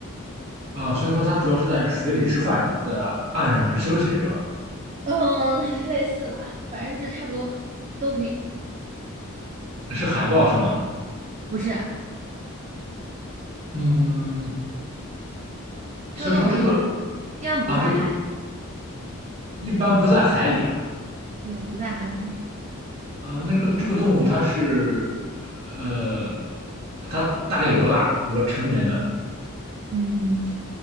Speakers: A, on the right; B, on the right.
A: 啊，所以说它主要是在水里吃饭是吧？在岸上是休息是吧？
B: 嗯，类似吧，反正是差不多都可以，
A: 是海豹是吗？
B: 不是？
A: 嗯，
B: 这个动物一般
A: 所以说这个
B: 一般不在海里，
A: 啊，这个一般不在海里啊。
B: 对，不在海里。
A: 呃，那个这个动物它是呃，它大概有多大？比如说成年的
B: 嗯，